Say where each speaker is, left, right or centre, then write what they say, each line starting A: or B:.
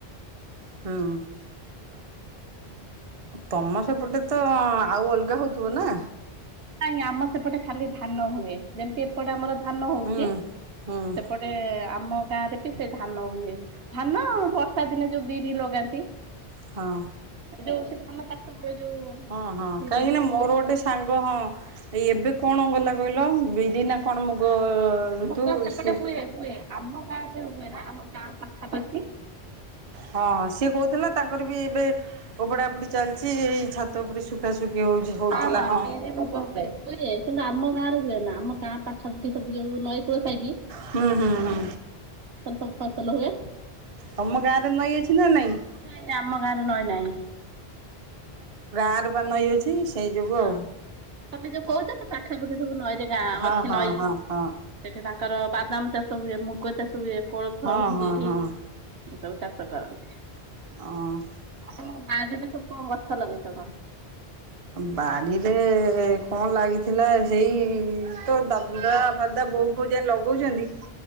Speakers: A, on the right; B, on the right.
A: ହୁଁ।
B: ହ
A: ତମ ସେପଟେ ତ ଆଉ ଅଲଗା ହଉଥିବ ନା
B: ନାଇଁ ଆମର ସେପଟେ ଖାଲି ଧାନ ହୁଏ ଯେମିତି ଏପଟେ ଆମର ଧାନ ହଉଚେ
A: ହୁଁ ହୁଁ।
B: ସେପଟେ ଆମ ଗାଁ ରେ ବି ସେ ଧାନ ହୁଏ ଧାନ ବର୍ଷା ଦିନେ ଯୋଉ ବିରି ଲଗାନ୍ତି
A: ହଁ
B: ଯୋଉ ଧାନ ଚାଷ ହୁଏ ଯୋଉ
A: ହଁ ହଁ
B: ଭିଡରେ
A: କାହିଁକି ନା ମୋର
B: ହିଡରେ
A: ଗୋଟେ ସାଙ୍ଗ ହଁ। ଏଇ ଏବେ କଣ ଗଲା କହିଲ ବିରି ନା କଣ ମୁଗ ଋତୁ
B: ମୁଗ ସେପଟେ
A: ସିଏ
B: ହୁଏ ହୁଏ ଆମ ଗାଁ ସେ ହୁଏ ନା ଆମ ଗାଁ ପାଖାପାଖି।
A: ହଁ ସିଏ କହୁଥିଲା ତାଙ୍କର ବି ଏବେ ଓପଡ଼ା ଉପୁଡ଼ି ଚାଲିଛି। ଏଇ ଛାତ ଉପରେ ଶୁଖାଶୁଖି ହଉଛି ହଉଥିଲା
B: ହଁବିରି
A: ହଁ
B: ମୁଗ ହୁଏ ହୁଏ କିନ୍ତୁ ଆମ ଗାଁରେ ହୁଏନା ଆମ ଗାଁ ପାଖରେ ପାଖାପାଖି ସବୁ ଯୋଉ ନଈକୂଳ ଖାଇଦିଏ।
A: ହଁ ହଁ ହଁ,
B: ସବୁ ଫସଲ ହୁଏ।
A: ତମ ଗାଁରେ ନଈ ଅଛି ନା ନାଇଁ?
B: ନାଇଁ ନାଇଁ ଆମ ଗାଁରେ ନଈ ନାହିଁ।
A: ଆମର କଣ ନଈ ଅଛି? ସେଇ ଯୋଗୁ
B: ହଁ
A: ଆଉ
B: ତମେ ଯୋଉ କହୁଛ ସେ ପାଖାପାଖି ସବୁ ନଈରେ ଗାଁ
A: ହଁ
B: ଅଛି
A: ହଁ
B: ନଈ
A: ହଁ
B: ସେଠି
A: ହଁ।
B: ତାଙ୍କ। ତାଙ୍କର ବାଦାମ ଚାଷ ହୁଏ ମୁଗ ଚାଷ ହୁଏ। କୋଳଥ
A: ହଁ ହଁ
B: ବିରି।
A: ହଁ
B: ଏ ସବୁ ଚାଷ କରନ୍ତି।
A: ହଁ
B: ଆଉ ତମ ବାରିରେ ସବୁ କଣ ଗଛ ଲଗେଇଛ କଣ?
A: ବାଡ଼ିରେ କଣ ଲାଗିଥିଲା ସେଇ ତ ଦାଦା ଫାଦା ବୋଉ ଫୋଉ ଯାଇଁ ଲଗଉଛନ୍ତି।